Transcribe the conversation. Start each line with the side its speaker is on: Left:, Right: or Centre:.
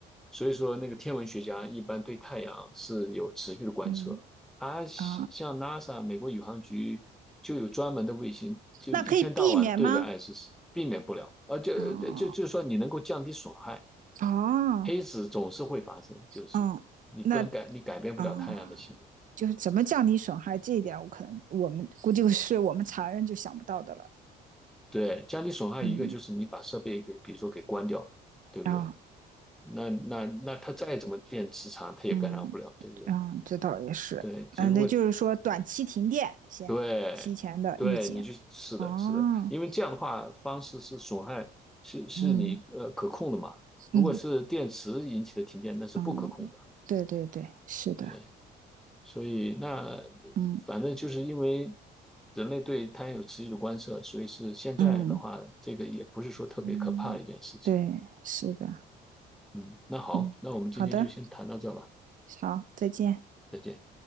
Centre: 所以说那个天文学家一般对太阳是有持续的观测，
Right: 嗯
Centre: 而像像
Right: 啊，
Centre: NASA 美国宇航局就有专门的卫星，就一天到晚对着爱是避免不了，
Right: 那可以避免吗？
Centre: 啊，且就就就说你能够降低损害，
Right: 哦哦
Centre: 黑子总是会发生，就是你不能改，
Right: 哦，那
Centre: 你改变不了太阳的行为。
Right: 啊，嗯就是怎么降低损害这一点，我可能我们估计是我们常人就想不到的了。
Centre: 对，降低损害一个就是你把设备给，
Right: 嗯
Centre: 比如说给关掉，对不对？
Right: 啊
Centre: 那那那它再怎么电磁场，它也干扰不了，
Right: 嗯
Centre: 对不对？
Right: 啊，嗯这倒也是。
Centre: 对，只不过
Right: 嗯，那就是说短期停电先提前的预警。
Centre: 对，对，你就是的，
Right: 哦，
Centre: 是的，因为这样的话，方式是损害，是是你呃可控的嘛。
Right: 嗯
Centre: 如果是电池引起的停电，
Right: 嗯
Centre: 那是不可控的。
Right: 嗯，对对对，是的，
Centre: 对，所以那
Right: 嗯
Centre: 反正就是因为人类对碳有持续的观测，所以是现在的话，
Right: 嗯
Centre: 这个也不是说特别可怕的一件事情。
Right: 嗯，对，是的，
Centre: 嗯，那好，
Right: 嗯，
Centre: 那我们今天就先谈到这吧，
Right: 好的，好，再见。
Centre: 再见。